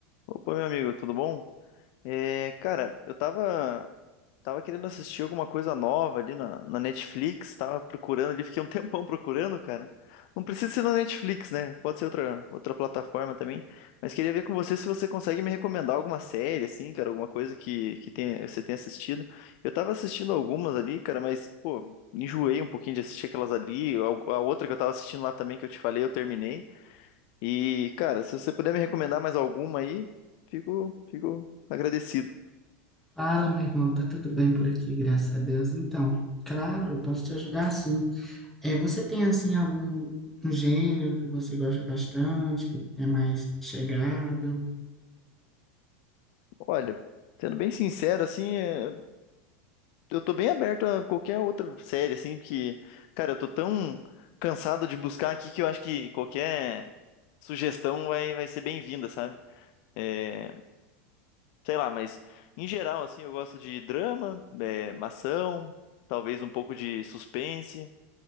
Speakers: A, on the left; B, in the centre.
A: Opa, meu amigo, tudo bom? É, cara, eu tava, tava querendo assistir alguma coisa nova ali na, na Netflix, tava procurando ali, fiquei um <laughs> tempão procurando, cara. Não precisa ser na Netflix, né? Pode ser outra, outra plataforma também, mas queria ver com você se você consegue me recomendar alguma série, assim, cara, alguma coisa que, que tenha, você tenha assistido. Eu tava assistindo algumas ali, cara, mas, pô, enjoei um pouquinho de assistir aquelas ali. A a outra que eu tava assistindo lá também, que eu te falei, eu terminei. E, cara, se você puder me recomendar mais alguma aí, fico, fico agradecido.
B: Fala, meu irmão, tá tudo bem por aqui, graças a Deus. Então, claro, eu posso te ajudar sim. É, você tem assim algum um gênero que você gosta bastante, que é mais chegado?
A: Olha, sendo bem sincero, assim, é, eu tô bem aberto a qualquer outra série, assim, porque, cara, eu tô tão cansado de buscar aqui que eu acho que qualquer sugestão vai, vai ser bem-vinda, sabe? É, sei lá, mas em geral, assim, eu gosto de drama, é, ação, talvez um pouco de suspense.